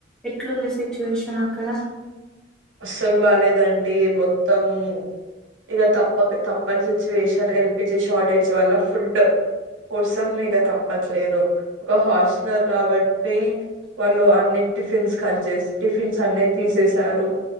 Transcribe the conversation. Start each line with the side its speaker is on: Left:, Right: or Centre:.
Centre: ఎట్లుంది సిచ్యువేషన్ అక్కడ
Right: అస్సలు బాలేదండి మొత్తం, ఇగ తప్పక్ తప్పని సిచ్యువేషన్ ఎల్పిజి షార్టేజ్ వల్ల ఫుడ్, కోసం ఇక తప్పట్లేదు ఒక హాస్సలర్ కాబ ట్టి వాళ్ళు అన్ని టిఫిన్స్ కంజేస్ టిఫిన్స్ అన్ని తీసేసారు